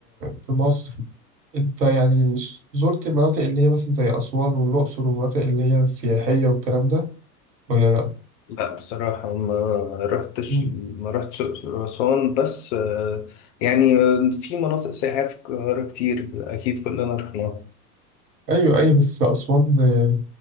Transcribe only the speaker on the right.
في مصر أنت يعني ش- زرت المناطق اللي هي مثلا زي أسوان والأقصر والمناطق اللي هي السياحية والكلام ده ولا لأ؟
مم.
أيوه أيوه بس أسوان آه،